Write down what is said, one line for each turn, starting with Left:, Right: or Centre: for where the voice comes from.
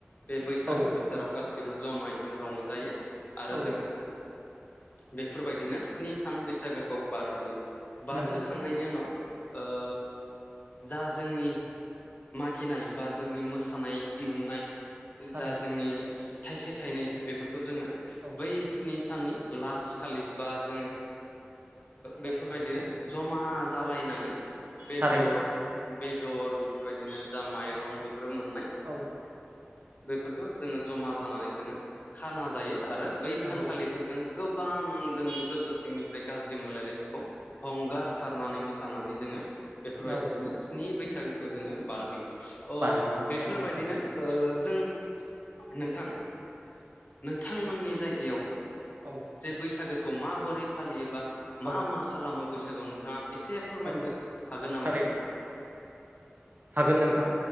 Left: बे बैसागो
Right: औ
Left: बोथोराव गासैबो जमायैनो रंजायो आरो
Right: औ
Left: जोङो बेफोरबायदिनो स्नि सान बैसागोखौ बारहोयो बारहोखांनायनि
Right: नंगौ
Left: उनाव ओ जा जोंनि मागिनाय बा जोंनि मोसानाय मोननाय
Right: थारैनो
Left: जा जोंनि थाइसे थाइनै बेफोरखौ जोङो
Right: औ
Left: बै स्नि साननि लास्ट खालि बा जोङो
Right: औ
Left: बेफोरबायदिनो जमा जालायनानै बेदर
Right: थारैनो
Left: बेदर बेफोरबायदिनो जा माइरं बेफोरो मोननाय
Right: औ
Left: बेफोरखौ जोङो जमा जानानै जोङो खाना जायो आरो बै
Right: नंगौ
Left: सानखालिबो जोङो गोबां जोंनि गोसो सिंनिफ्राय गाज्रि मोनलायनायफोरखौ हंगार सारनानै मोसानानै जोङो बेफोरबायदिनो
Right: औ
Left: स्नि बैसागोखौ जोङो बारहोयो अ
Right: बारहोयो
Left: बेफोरबायदिनो
Right: नंगौ नोंथां
Left: जों नोंथां नोंथांमोननि जायगायाव
Right: औ
Left: जे बैसागोखौ माबोरै फालियोबा
Right: औ
Left: मा मा खालामो बैसागोआव नोंथाङा एसे फोरमायनो
Right: औ
Left: हागोन नामा
Right: थारै
Left: नोंथां?
Right: हागोन नोंथां